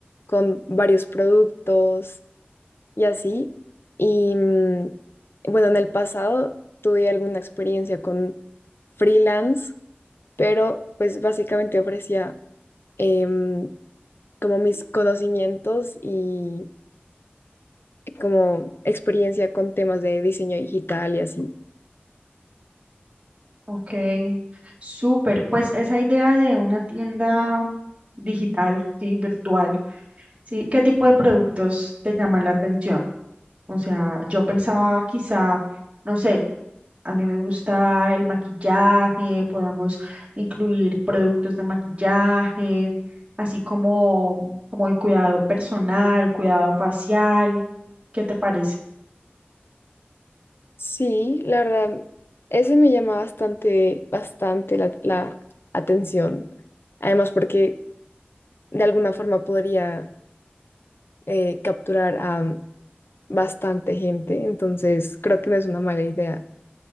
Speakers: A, on the left (about 70°); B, on the right (about 30°).
A: con varios productos y así. Y mm, bueno, en el pasado tuve alguna experiencia con freelance, pero pues básicamente ofrecía em, como mis conocimientos y como experiencia con temas de diseño digital y así.
B: Ok, súper. Pues esa idea de una tienda digital, sí, virtual, sí, ¿qué tipo de productos te llaman la atención? O sea, yo pensaba quizá, no sé, a mí me gusta el maquillaje, podamos incluir productos de maquillaje, así como, como el cuidado personal, cuidado facial. ¿Qué te parece?
A: Sí, la verdad, ese me llama bastante, bastante la, la atención. Además, porque de alguna forma podría eh, capturar a bastante gente, entonces creo que no es una mala idea.